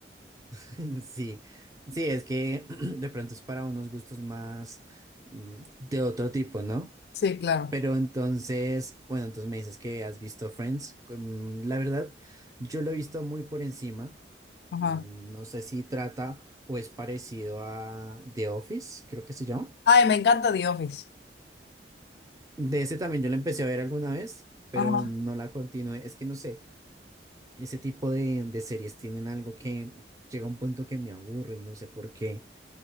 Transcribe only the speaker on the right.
<laughs> sí, sí, es que <clears throat> de pronto es para unos gustos más mm, de otro tipo, ¿no?
Pero entonces, bueno, entonces me dices que has visto Friends. Mm, La verdad, yo lo he visto muy por encima.
Mm, No sé si trata o es parecido a The Office, creo que se llama.
De ese también yo la empecé a ver alguna vez, pero
no la continué. Es que no sé. ese tipo de, de series tienen algo que llega a un punto que me aburre y no sé por qué.